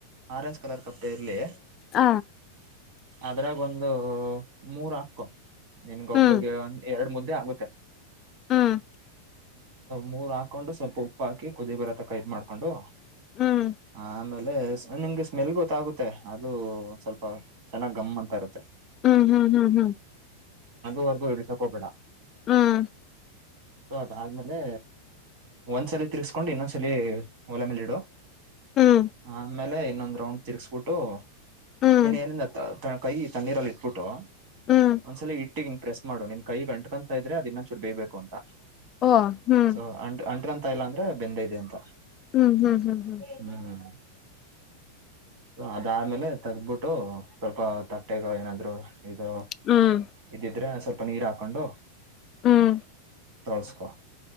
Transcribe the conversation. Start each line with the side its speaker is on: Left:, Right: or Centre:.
Right: ಆರೆಂಜ್ ಕಲರ್ ಕಪ್ಪೆ ಇರ್ಲಿ.
Left: ಹ
Right: ಅದ್ರಾಗ ಒಂದು ಮೂರ್ ಹಾಕು. ನಿನ್ಗೊ ಒಬ್ಳಗೆ
Left: ಹ್ಮ್
Right: ಒ ಎರಡ್ ಮುದ್ದೆ ಆಗುತ್ತೆ.
Left: ಹ್ಮ್
Right: ಮೂರ್ ಹಾಕೊಂಡು ಸ್ವಲ್ಪ ಉಪ್ಪು ಹಾಕಿ ಕುದಿ ಬರೋ ತಕ ಇದ ಮಾಡ್ಕೊಂಡು.
Left: ಹ್ಮ್
Right: ಆಮೇಲೆ ನಿಮ್ಗೆ ಸ್ಮೆಲ್ ಗೊತ್ತಾಗುತ್ತೆ ಅದು ಸ್ವಲ್ಪ ಚೆನ್ನಾಗ್ ಗಮ್ ಅಂತ ಇರುತ್ತೆ.
Left: ಹ್ಮ್ ಹ್ಮ್ ಹ್ಮ್ ಹ್ಮ್
Right: ಅುವರೆಗೂ ಹಡಸಕ ಹ್ಬೇಡ.
Left: ಹ್ಮ್
Right: ಸೊ ಅದಾದ್ಮೇಲೆ ಒಂದ್ಸಲ ತಿರ್ಸ್ಕೊಂಡು ಇನ್ನೊಂದ್ಸಲ ಒಲೆ ಮೇಲೆ ಇಡು.
Left: ಹ್ಮ್ ಹ್ಮ್
Right: ಆಮೇಲೆ ಇನ್ನೊಂದ್ ರೌಂಡ್ ತಿರ್ಸ್ಬಿಟ್ಟು
Left: ಹ್ಮ್
Right: ನೀನ್ ಏನ್ ಎಲ್ಲಾ. ಕೈಿ ತಣ್ಣೀರಲ್ಲಿ ಇಟ್ಬಿಟ್ಟು
Left: ಹ್ಮ್
Right: ಒಂದ್ಸಲಿ ಇಟ್ಟಿಿ. ಪ್ರೆಸ್ ಮಾಡು ನಿನ್ ಕೈ ಅಂತ್ಕಂಥ ಇದ್ರೆ ಅ ಇನ್ನೊಚೂರು ಬೇಬೇಕು ಅಂತಂ
Left: ಓ ಹ್ಮ್
Right: ಸೋ. ತಾ ಇಲ್ಲ ಅಂದ್ರೆ ಬೆಂದ ಇದೆ ಅಂತ.
Left: ಹ್ಮ್ ಹ್ಮ್ ಹ್ಮ್ ಹ್ಮ್
Right: ಹ್ಮ್್ಮ ಅದ್ಮೇಲೆ ತಗಬಿಟ್ಟು ಸ್ವಲ್ಪ ತಟ್ಟೆಗೊ ಏನಾದ್ರು. ಇದು
Left: ಹ್ಮ್
Right: ಇದಿದ್ರೆ ಸ್ವಲ್ಪ ನೀರ್ ಹಾಕೊಂಡು.
Left: ಹ್ಮ್
Right: ತೋಳ್ಸ್ಕೊ.